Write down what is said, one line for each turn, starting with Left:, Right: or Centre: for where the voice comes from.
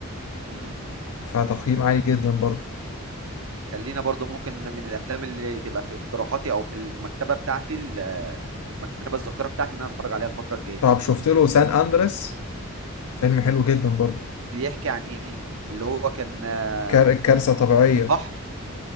Right: امم
Left: فتقييم عالي جدا برضو
Right: خلينا برضو ممكن من الافلام اللي تبقى في اقتراحاتي او في المكتبه بتاعتي ال- المكتبه الذاكره بتاعتي ان انا اتفرج عليها الفتره الجايه
Left: طب شفت له سان أندريس فيلم حلو جدا برضو
Right: بيحكي عن ايه اللي هو كان آه،
Left: كار- كارثة طبيعية
Right: في البحر